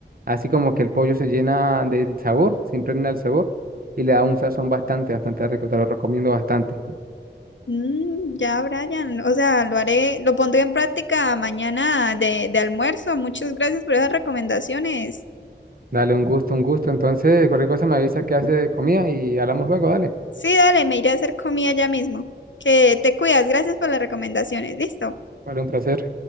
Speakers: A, on the right; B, on the left.
A: Así como que el pollo se llena del sabor, se impregna el sabor y le da un sazón bastante, bastante rico. Te lo recomiendo bastante.
B: Mm, ya, Brian. O sea, lo haré, lo pondré en práctica mañana de, de almuerzo. Muchas gracias por esas recomendaciones.
A: Dale, un gusto, un gusto. Entonces, cualquier cosa me avisas que hace de comida y hablamos luego, dale.
B: Sí, dale, me iré a hacer comida ya mismo. Que te cuidas. Gracias por las recomendaciones. Listo.
A: Vale, un placer.